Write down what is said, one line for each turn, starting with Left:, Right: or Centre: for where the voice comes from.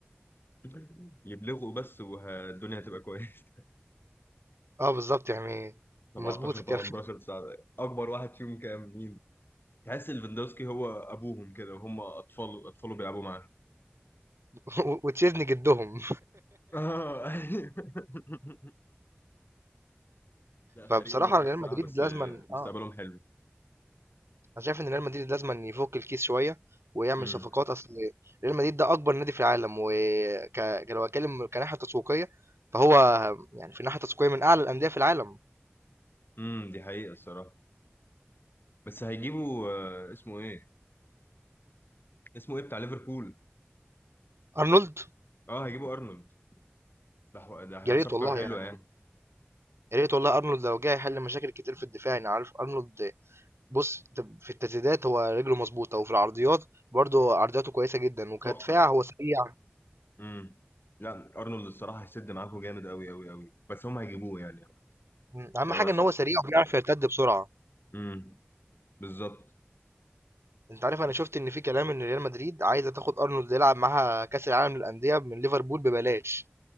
Left: <laughs> يبلغوا بس والدنيا هتبقى كويسه
Right: اه بالظبط يعني
Left: <laughs> 17
Right: مظبوت الكلام
Left: 18 9 اكبر واحد فيهم كام مين تحس ليفاندوسكي هو ابوهم كده وهم اطفال اطفاله بيلعبوا معاه
Right: <laughs> وتشيزني جدهم
Left: اه <laughs> لا فريق
Right: فبصراحه
Left: مضحك
Right: ريال
Left: صراحة
Right: مدريد
Left: بس
Right: لازما
Left: آه، مستقبلهم
Right: اه
Left: حلو
Right: انا شايف ان ريال مدريد لازم أن يفك الكيس شويه ويعمل
Left: امم
Right: صفقات اصل ريال مدريد ده اكبر نادي في العالم وك لو اتكلم كناحيه تسويقيه فهو يعني في ناحيه تسويقيه من اعلى الانديه في العالم
Left: امم دي حقيقة الصراحة بس هيجيبوا آه، اسمه ايه اسمه ايه بتاع ليفربول
Right: ارنولد
Left: اه هيجيبوا ارنولد ده حو- ده
Right: يا ريت
Left: صفقة
Right: والله
Left: حلوة
Right: يعني
Left: يعني
Right: يا ريت والله ارنولد لو جه يحل مشاكل كتير في الدفاع انا عارف ارنولد بص ده في التسديدات هو رجله مظبوطه وفي العرضيات برضه عرضياته كويسه جدا وكدفاع
Left: تحفة
Right: هو سريع
Left: امم لا ارنولد الصراحة هيسد معاكم جامد قوي قوي قوي بس هم هيجيبوه يعني
Right: أهم أهم
Left: خلاص
Right: حاجه ان هو سريع وبيعرف يرتد بسرعه
Left: امم بالظبط
Right: انت عارف انا
Left: بس
Right: شفت ان في كلام ان ريال مدريد عايزه تاخد ارنولد يلعب معاها كاس العالم للانديه من ليفربول ببلاش